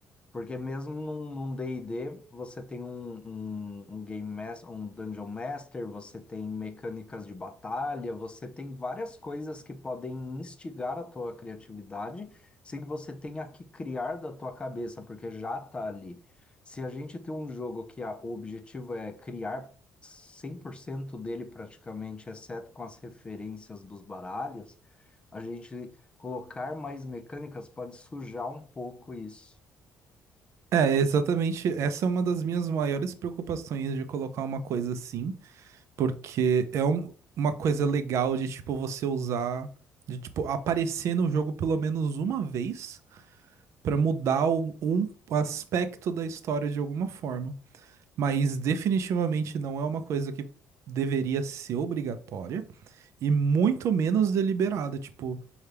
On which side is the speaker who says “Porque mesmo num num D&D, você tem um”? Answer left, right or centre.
Left